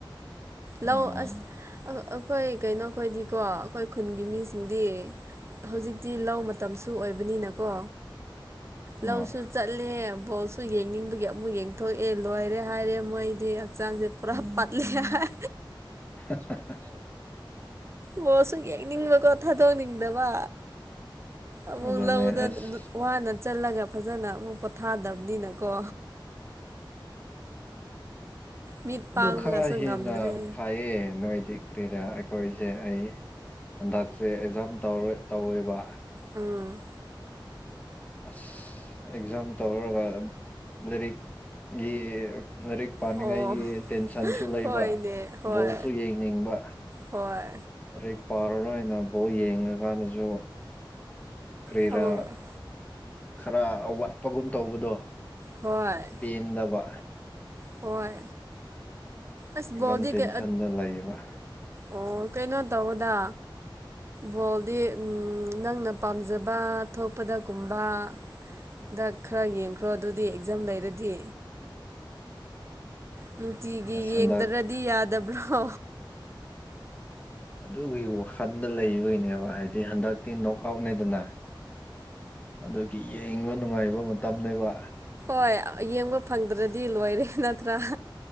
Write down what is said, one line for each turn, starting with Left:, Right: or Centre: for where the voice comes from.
Right: ꯂꯧ
Left: ꯑꯣ
Right: ꯑꯁ ꯑꯩꯈꯣꯏ ꯀꯩꯅꯣ ꯈꯣꯏꯗꯤꯀꯣ ꯑꯩꯈꯣꯏ ꯈꯨꯟꯒꯤ ꯃꯤꯁꯤꯡꯗꯤ ꯍꯧꯖꯤꯛꯇꯤ ꯂꯧ ꯃꯇꯝꯁꯨ ꯑꯣꯏꯕꯅꯤꯅꯀꯣ ꯂꯧꯁꯨ
Left: ꯑꯣ
Right: ꯆꯠꯂꯦ ꯕꯣꯜꯁꯨ ꯌꯦꯡꯅꯤꯡꯕꯒꯤ ꯑꯃꯨꯛ ꯌꯦꯡꯊꯣꯛꯑꯦ ꯂꯣꯏꯔꯦ ꯍꯥꯏꯔꯦ ꯃꯣꯏꯗꯤ ꯆꯥꯟꯖꯦ ꯄꯨꯔꯥ ꯠꯂꯤ ꯍꯥꯏ
Left: ꯑꯆꯥ <unintelligible>
Right: ꯃꯥꯁꯨ ꯌꯦꯡꯅꯤꯡꯕꯀꯣ ꯊꯥꯗꯣꯛꯅꯤꯡꯗꯕ ꯑꯃꯨꯛ
Left: ꯑꯗꯨꯅꯦ
Right: ꯂꯧꯗ
Left: ꯑꯁ
Right: ꯋꯥꯅ ꯆꯠꯂꯒ ꯐꯖꯅ ꯑꯃꯨꯛ ꯄꯣꯊꯥꯗꯕꯅꯤꯅꯀꯣ ꯃꯤꯠ
Left: ꯑꯗꯨ
Right: ꯄꯥꯡꯕꯒꯁꯨ
Left: ꯈꯔ ꯍꯦꯟꯅ
Right: ꯉꯝꯗ꯭ꯔꯦ
Left: ꯐꯩꯌꯦ ꯅꯣꯏꯗꯤ ꯀꯔꯤꯔꯥ ꯑꯩꯈꯣꯏꯁꯦ ꯑꯩ ꯍꯟꯗꯛꯁꯦ ꯑꯦꯛꯖꯥꯝ ꯇꯧ ꯇꯧꯋꯦꯕ
Right: ꯎꯝ
Left: ꯑꯁ ꯑꯦꯛꯖꯥꯝ ꯇꯧꯔꯒ ꯂꯥꯏꯔꯤꯛꯒꯤ ꯂꯥꯏꯔꯤꯛ ꯄꯥꯅꯤꯡꯉꯥꯏꯒꯤ
Right: ꯑꯣ
Left: ꯇꯦꯟꯁꯟꯁꯨ ꯂꯩꯕ
Right: ꯍꯣꯏꯅꯦ ꯍꯣꯏ
Left: ꯕꯣꯜꯁꯨ ꯌꯦꯡꯅꯤꯡꯕ
Right: ꯍꯣꯏ
Left: ꯂꯥꯏꯔꯤꯛ ꯄꯥꯔꯔꯣꯏꯅ ꯕꯣꯜ ꯌꯦꯡꯉꯀꯥꯟꯗꯁꯨ ꯀꯔꯤꯔꯥ
Right: ꯑꯃꯨꯛ
Left: ꯈꯔ ꯑꯋꯥꯠꯄꯒꯨꯝ ꯇꯧꯕꯗꯣ
Right: ꯍꯣꯏ
Left: ꯄꯦꯟꯗꯕ
Right: ꯍꯣꯏ ꯑꯁ
Left: ꯑꯦꯛꯖꯥꯝ
Right: ꯕꯣꯜꯗꯤ
Left: ꯇꯦꯟꯁꯟꯗ
Right: ꯀ
Left: ꯂꯩꯌꯦꯕ
Right: ꯑꯣ ꯀꯩꯅꯣ ꯇꯧꯑꫭꯗ ꯕꯣꯜꯗꯤ ꯅꯪꯅ ꯄꯥꯝꯖꯕ ꯊꯣꯛꯄꯗꯒꯨꯝꯕ ꯍꯟꯗꯛ ꯈꯔ ꯌꯦꯡꯈ꯭ꯔꯣ ꯑꯗꯨꯗꯤ ꯑꯦꯛꯖꯥꯝ ꯂꯩꯔꯗꯤ ꯅꯨꯡꯇꯤꯒꯤ
Left: ꯑꯁ
Right: ꯌꯦꯡꯗ꯭ꯔꯗꯤ
Left: ꯍꯟꯗꯛ
Right: ꯌꯥꯗꯕ꯭ꯔꯣ
Left: ꯑꯗꯨꯒꯤ ꯋꯥꯈꯜꯗ ꯂꯩꯕꯒꯤꯅꯦꯕ ꯍꯥꯏꯗꯤ ꯍꯟꯗꯛꯇꯤ ꯅꯣꯛ ꯑꯥꯎꯠꯅꯦꯗꯅ ꯑꯗꯨꯒꯤ ꯌꯦꯡꯕ ꯅꯨꯡꯉꯥꯏꯕ ꯃꯇꯝꯅꯦꯕ
Right: ꯍꯣꯏ ꯌꯦꯡꯕ ꯐꯪꯗ꯭ꯔꯗꯤ ꯂꯣꯏꯔꯦ ꯅꯠꯇ꯭ꯔꯥ